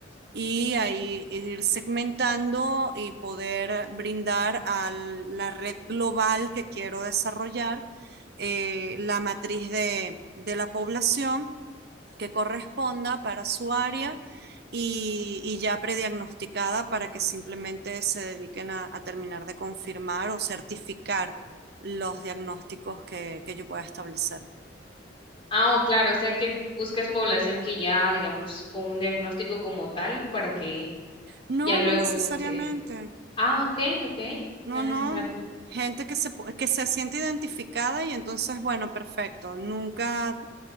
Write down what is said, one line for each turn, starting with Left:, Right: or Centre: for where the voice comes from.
Right: y ahí ir segmentando y poder brindar a la red global que quiero desarrollar eh, la matriz de, de la población que corresponda para su área y, y, ya prediagnosticada para que simplemente se dediquen a, a terminar de confirmar o certificar los diagnósticos que, que yo pueda establecer.
Left: Ah, oh, claro, o sea que buscas población que ya, digamos, con un diagnóstico como tal para que
Right: No,
Left: ya luego
Right: no necesariamente.
Left: se... Ah, ok, ok,
Right: No,
Left: no necesariamente.
Right: no. Gente que se, pu- que se siente identificada y entonces, bueno, perfecto. Nunca has,